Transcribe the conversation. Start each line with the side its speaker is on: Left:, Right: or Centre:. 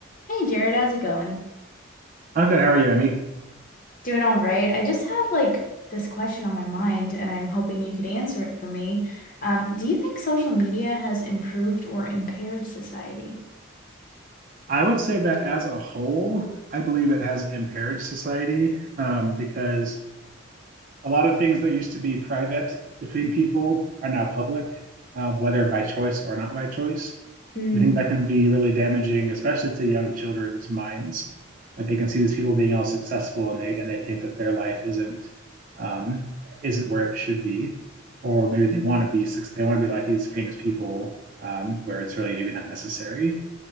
Left: Hey Jared, how's it going?
Right: I'm good. How are you, Emmy?
Left: Doing all right. I just have like this question on my mind, and I'm hoping you could answer it for me. Um, do you think social media has improved or impaired society?
Right: I would say that as a whole, I believe it has impaired society um, because a lot of things that used to be private between people are now public, uh, whether by choice or not by choice.
Left: Hmm.
Right: I think that can be really damaging, especially to young children's minds. Like they can see these people being all successful, and they and they think that their life isn't um, isn't where it should be, or maybe they want to be suc- they want to be like these famous people, um, where it's really maybe not necessary.